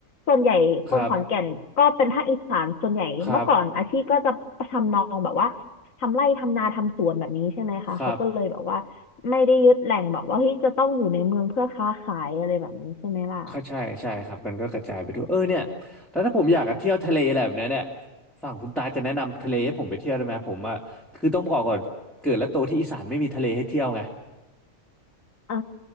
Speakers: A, on the left; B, in the centre.
A: ส่วนใหญ่คนขอนแก่นก็เป็นภาคอีสานส่วนใหญ่เมื่อก่อนอาชีพก็จะทำนองแบบว่า
B: ครับครับ
A: ทำไร่ทำนาทำสวนแบบนี้ใช่ไหมคะเขาก็เลยแบบว่า
B: ครับ
A: ไม่ได้ยึดแหล่งแบบว่าเฮ้ยจะต้องอยู่ในเมืองเพื่อค้าขายอะไรแบบนี้ใช่ไหมล่ะ
B: ก็ใช่ใช่ครับมันก็กระจายไปทั่วเออเนี่ยแล้วถ้าผมอยากจะเที่ยวทะเลอะไรแบบเนี้ยเนี่ยฝั่งคุณตาจะแนะนำทะเลให้ผมไปเที่ยวได้ไหมผมอ่ะคือต้องบอกก่อนเกิดและโตที่อีสานไม่มีทะเลให้เที่ยวไง
A: อ่า